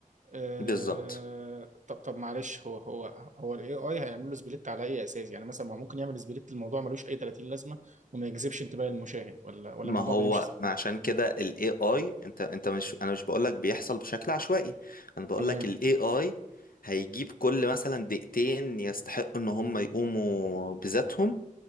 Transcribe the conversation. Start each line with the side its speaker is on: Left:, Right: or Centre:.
Right: آه...
Left: بالظبط
Right: طب طب معلش هو هو هو الاي اي هيعمل له سبليت على اي اساس يعني مثلا ما هو ممكن يعمل سبليت الموضوع ملوش اي 30 لازمه وما يجذبش انتباه المشاهد ولا ولا
Left: ما
Right: الموضوع
Left: هو
Right: بيمشي
Left: ما
Right: ازاي
Left: عشان كده ال AI انت انت مش انا مش بقولك بيحصل بشكل عشوائي انا بقولك
Right: تمام
Left: ال AI هيجيب كل مثلا دقيقتين يستحقوا ان هم يقوموا بذاتهم